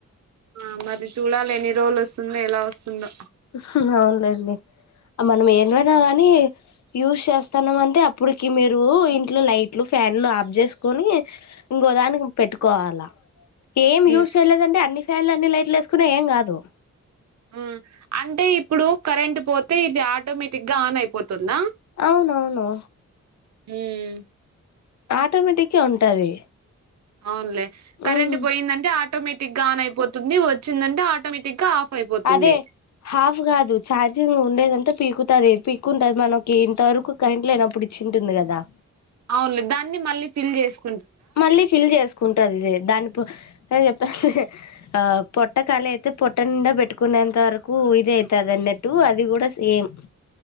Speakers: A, on the right (about 65°); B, on the left (about 65°).
A: ఆ మరి చూడాలి ఎన్ని రోజులు వస్తుందో ఎలా వస్తుందో
B: హ్మ్ హు అవునులేండి మనం
A: హ్మ్
B: ఏంటివన్న కానీ యూజ్ చేస్తాన్నామ్ అంటే అప్పటికి మీరు ఇంట్లో లైట్లు ఫ్యాన్లు ఆఫ్ చేసుకోని ఇంకో దానికి పెట్టుకోవాలా ఏం
A: హ్మ్
B: యూజ్ చేయలేదంటే అన్ని ఫ్యాన్లు అన్ని లైట్లు వేసుకున్నా ఏం కాదు
A: మ్ అంటే ఇప్పుడు కరెంట్ పోతే ఇది ఆటోమేటిక్ గా ఆన్ అయిపోతుందా
B: అవునవును
A: హ్మ్
B: ఆటోమేటిక్ ఏ ఉంటది
A: అవునులే కరెంట్
B: ఉమ్
A: పోయిందంటే ఆటోమేటిక్ గా ఆన్ అయిపోతుంది వచ్చిందంటే ఆటోమేటిక్ గా ఆఫ్ అయిపోతుంది
B: అదే హాఫ్ కాదు చార్జింగ్ ఉండేదంతా పీకు అదే పీక్కుంటది మనకి ఇంత వరకు కరెంట్ లో లేనప్పుడు ఇచ్చింటుంది కదా
A: అవునులే దాన్ని మళ్ళీ ఫిల్ చేసు
B: మళ్ళీ ఫిల్ చేసుకుంటదిలే దాని చెప్త ఆ పొట్ట ఖాళీ అయితే పొట్ట నిండా పెట్టుకునేంత వరకు కు ఇద అయితాది అన్నట్టు అది కూడా సేమ్